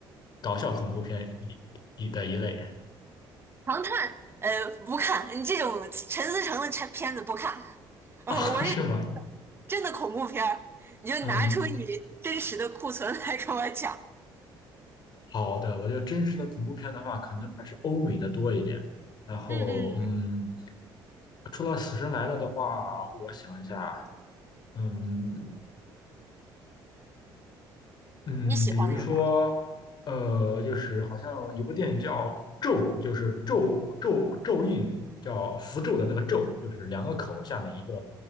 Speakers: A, on the left; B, on the right.
A: 搞笑恐怖片里里的一类，
B: 唐探，呃，不看，你这种陈思诚的片片子不看。呃，
A: <laughs>
B: 我是
A: 是吗？
B: 真的恐怖片儿，你就拿出你真实的库存来跟我讲。
A: 嗯，好的，我觉得真实的恐怖片的话，可能还是欧美的多一点。然后，
B: 嗯嗯，
A: 嗯，除了《死神来了》的话，我想一下，嗯嗯，
B: 你喜欢那个吧？
A: 比如说，呃，就是好像有部电影叫《咒》，就是咒咒咒印，叫符咒的那个咒，就是两个口下面一个